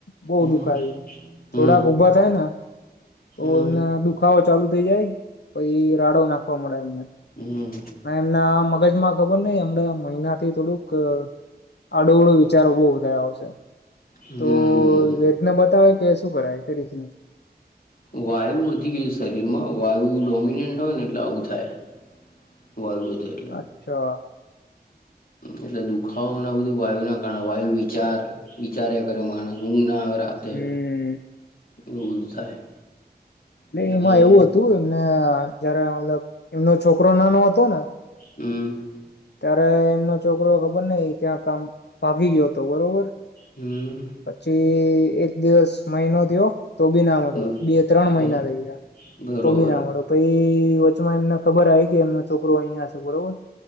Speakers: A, on the left; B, on the left.
A: બઉ
B: હમ
A: દુખાવ એ
B: હમ
A: થોડાક ઉભા થાય ને તો
B: હમ
A: એમને દુખાવો ચાલુ. થી જાય પછી રાડો નાખવા મળે.
B: હમ.
A: એમના મગજમાં. ખબર નહીં હમણાં મહિના થી થોડુંક આડો અવળો વિચારો બહુ વધયા આવ છે.
B: હમ હમ
A: તો વેદના બતાવે કે શું કરાવે ઘડીકમાં.
B: વાયુ વધી ગઈ શરીરમાં વાયુ ડોમિનેન્ટ હોય ને એટલે આવું થાય. વાયુ વધે એટલે હ.
A: અચ્છા
B: એટલે દુખાવો ના બધું વાયુ ના કારણે વાયુ વિચાર વિચારે કરે માણસ ઊંઘ ના આવે. રાતે
A: હમ.
B: એવું બધું થાય.
A: ને
B: એટલે આપડે
A: એમાં એવું હતું એમને જયારે મતલબ એમનો છોકરો નાનો હતો ને.
B: હમ.
A: ત્યારે એમનો છોકરો ખબર નહીં ત્યાં કામ ભાગી ગયો હતો બરોબર.
B: હમ
A: પછી એક દિવસ મહિનો થયો. તો બી ના મળો
B: બ
A: બે ત્રણ
B: બર
A: મહિના થઈ ગયા
B: બરોબર
A: તો બી ના મળો પહી. વચમાં એમને ખબર આઈ કે એમનો છોકરો અહિયા છે બરોબર